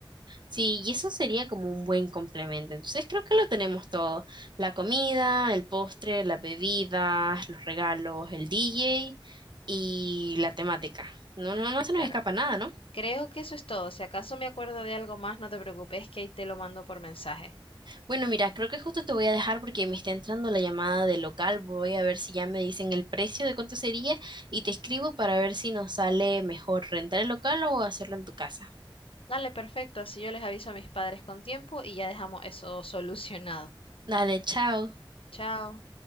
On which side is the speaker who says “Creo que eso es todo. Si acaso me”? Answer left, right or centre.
Left